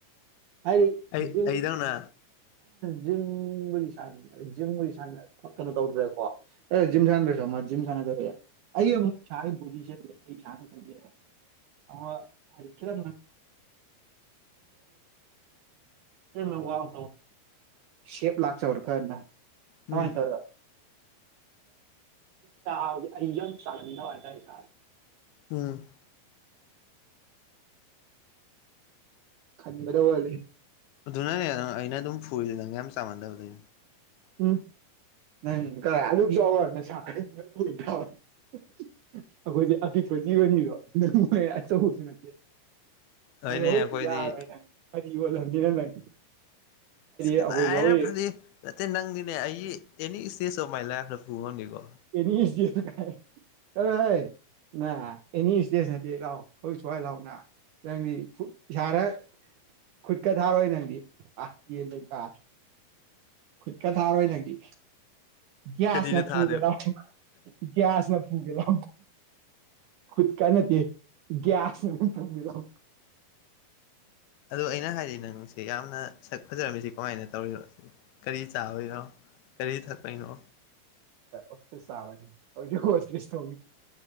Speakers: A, on the right; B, on the left.
A: ꯍꯥꯏ <inaudible>
B: ꯑꯩ ꯑꯩꯗꯧꯅ
A: ꯖꯤꯝꯕꯨꯗꯤ ꯁ ꯖꯤꯝꯕꯨꯗꯤ ꯀꯩꯅꯣ ꯇꯧꯗ꯭ꯔꯦꯀꯣ ꯑ ꯖꯤ ꯁꯥ ꯔꯦꯁꯣ ꯑ ꯖꯤ ꯁꯥꯖꯔ ꯑꯩ ꯁꯣ ꯈ <inaudible> ꯑꯔꯗ ꯊꯦ <inaudible> ꯅ ꯋꯥ ꯁꯦꯞ ꯂꯥꯛꯆꯧꯔꯣ ꯈꯔꯅ
B: ꯎꯝ
A: ꯀꯃꯥꯏꯅ ꯇꯧ <inaudible> ꯆ ꯑꯩ ꯌꯟ ꯆꯅꯤꯅ ꯋꯥꯇꯦ ꯆꯥ <inaudible>
B: ꯎꯝ
A: ꯈꯥꯟꯕꯗ ꯑꯣꯢꯕꯒꯤ
B: ꯑꯗꯨꯅꯅꯦ ꯅꯪ ꯑꯩꯅ ꯑꯗꯨꯝ ꯐꯨꯔꯤꯗ ꯅꯪ ꯌꯥꯝ ꯆꯥꯃꯟꯗꯕꯒꯤ
A: ꯎꯝ ꯅ ꯀꯥꯏ ꯑꯨꯕꯖ ꯃ ꯁ <inaudible> ꯑꯩꯈꯣꯏꯗꯤ ꯑꯄꯤꯛꯄ ꯖꯤꯕꯅꯤꯗꯣ ꯑꯆꯧꯕꯁꯨ ꯅꯠꯇꯦ
B: ꯍꯣꯏꯅꯦ
A: ꯑꯗꯣ ꯍꯣꯏꯗꯤ
B: ꯑꯩꯈꯣꯏꯗꯤ
A: ꯌꯥꯔꯣꯏ ꯅꯪ ꯐꯗꯤ ꯑꯣꯜꯂꯝꯁꯤꯅ ꯅꯪ <inaudible>
B: ꯑꯁ ꯀꯅꯥꯅ
A: ꯑꯩꯈꯣꯏꯁꯨ ꯍꯧꯖꯤꯛ
B: ꯐꯗꯤ ꯅꯠꯇꯦ ꯅꯪꯗꯤꯅꯦ ꯑꯩꯒꯤ ꯑꯦꯅꯤ ꯏꯁꯇꯦꯖ ꯑꯣꯐ ꯃꯥꯏ ꯂꯥꯏꯐꯇ ꯄꯨꯕ ꯉꯝꯅꯤꯀꯣ
A: ꯑꯦꯅꯤ ꯏ ꯀꯥꯏ ꯈꯔꯥꯏ <inaudible> ꯅ ꯑꯦꯅꯤ ꯏꯁꯇꯦꯖ ꯅ ꯂꯥꯎꯑꯣ ꯍꯣꯏ ꯁꯋꯥꯏ ꯂꯥꯎꯑꯣ ꯅꯪꯗꯤ ꯏꯁꯥꯔ ꯈꯨꯠꯀ ꯊꯥꯔꯣꯏ ꯅꯪꯗꯤ ꯑ ꯌꯦꯟꯗ ꯀꯥ ꯈꯨꯠꯀ ꯊꯥꯔꯣꯏꯗꯒꯤ ꯒ꯭ꯌꯥꯁꯅ
B: ꯀꯔꯤꯅ ꯊꯥꯗꯣꯏꯕ
A: ꯄꯨꯒꯦꯅ ꯒ꯭ꯌꯥꯁꯅ <inaudible> ꯔꯣ ꯍꯨꯠꯀ ꯅꯠꯇ ꯭ꯁ ꯊꯕꯤꯔ <inaudible>
B: ꯑꯗꯣ ꯑꯩꯅ ꯍꯥꯏꯔꯤ ꯅꯪꯁꯦ ꯌꯥꯝꯅ ꯁꯛ ꯐꯖꯔꯝꯃꯤꯁꯤ ꯀꯃꯥꯏꯅ ꯇꯧꯔꯤꯅꯣ ꯁꯤ ꯀꯔꯤ ꯆꯥꯕꯅꯣ ꯀꯔꯤ ꯊꯛꯄꯅꯣ
A: ꯑꯦꯁꯦ ꯁꯥꯕꯅꯤ ꯍꯧꯁꯁ ꯇꯧꯅꯤ <inaudible>